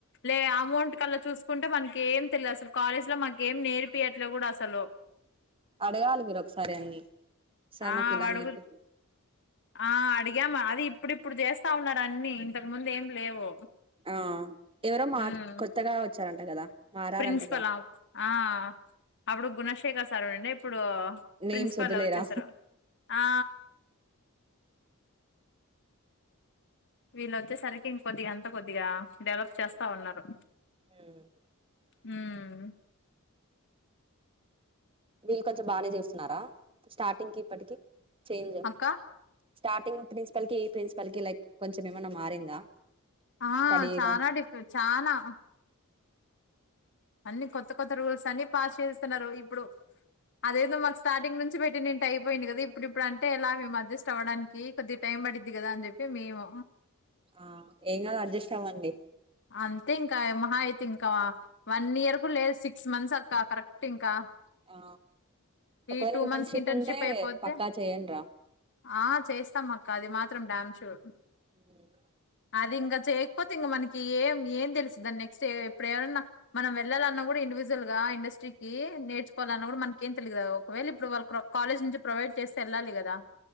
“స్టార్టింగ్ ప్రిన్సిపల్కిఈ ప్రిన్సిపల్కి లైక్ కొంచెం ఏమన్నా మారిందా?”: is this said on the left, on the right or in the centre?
Right